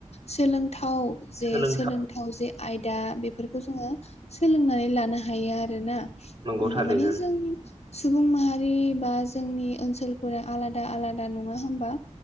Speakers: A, on the left (about 60°); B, on the right (about 40°).
A: सोलोंथाव जे
B: सोलोंथाइ
A: सोलों जे आयदा बेफोरखौ जोङो सोलोंनानै लानो हायो आरोना।
B: नंगौ
A: उम
B: थारैनो
A: माने जों सुबुं माहारि बा जोंनि ओनसोल फोरा आलादा आलादा नङा होमबा?